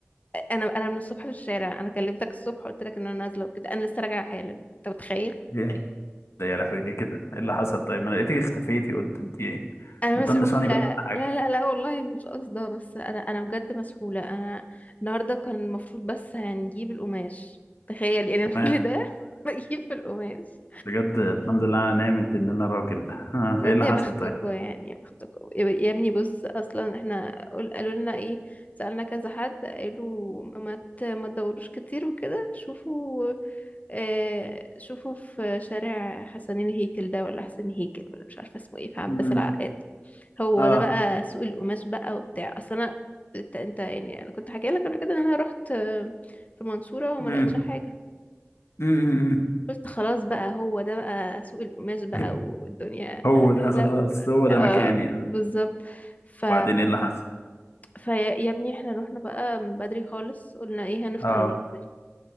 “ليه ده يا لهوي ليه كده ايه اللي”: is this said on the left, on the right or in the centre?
Left